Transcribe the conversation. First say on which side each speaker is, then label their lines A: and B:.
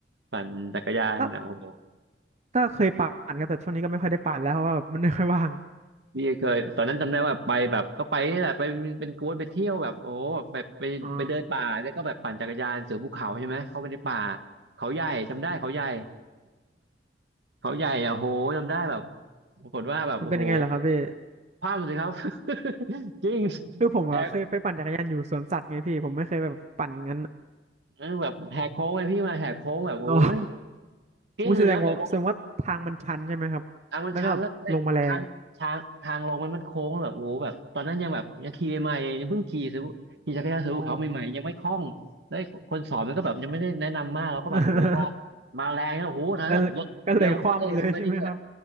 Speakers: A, on the right; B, on the right.
A: ปั่นจักรยานอ่ะโอ้โห
B: ก็ก็เคยปั่นครับแต่ช่วงนี้ก็ไม่ค่อยได้ปั่นแล้วเพราะว่าแบบมันไม่ค่อยว่าง
A: พี่เคยตอนนั้นจำได้ว่าไปแบบก็ไปนี่แหละไปเป็นกวนไปเที่ยวแบบโอ้โหแบบไปไปเดินป่าแล้วก็แบบปั่นจักรยานเสือภูเขาใช่ไหมเข้าไปในป่า
B: อ๋อ
A: เขาใหญ่จำได้เขาใหญ่ เขาใหญ่อะโหจำได้แบบปรากฏว่าแบบโอ้โห
B: มันเป็นยังไงเหรอครับพี่
A: พลาดหมดเลยครับ <laughs> จริง
B: คือผมอะเคยไปปั่นจักรยานอยู่สวนสัตว์ไงพี่ผมไม่เคยแบบปั่นอย่างนั้น
A: แหกเออแบบแหกโค้งไปพี่มาแหกโค้งแบบโอ้โหแม่ง
B: อ๋อ
A: กิ้งเลยนะแบบลง
B: อุ้ยแสดงว่าแสดงว่าทางมันชันใช่ไหมครับแล้วก็ลงมาแรง
A: ทางมันชันแล้วเอ้ยทางทางทางลงมันมันโค้งแล้วแบบโอ้โหแบบตอนนั้นยังแบบยังขี่ใหม่ๆเพิ่งขี่ซื้อขี่จักรยานซื้อภูเขาใหม่ๆยังไม่คล่องแล้วคนสอนมันก็แบบยังไม่ได้แนะนำมากเราก็แบบโอ้โหมา
B: อ๋อ <laughs>
A: มาแรงนะโอ้โหนะแบบรถเร็วมากเลยทำไงดี
B: แล้วก็เลยคว่ำเลยใช่ไหมครับ